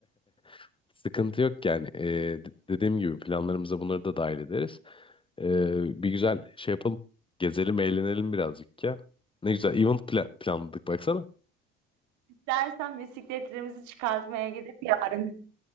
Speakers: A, on the left; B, on the right.
A: <laughs> Sıkıntı yok yani. E, d- dediğim gibi planlarımıza bunları da dahil ederiz. E, bir güzel şey yapalım. Gezelim, eğlenelim birazcık ya. Ne güzel event pla- planladık baksana.
B: İstersen bisikletlerimizi çıkartmaya gidip yarın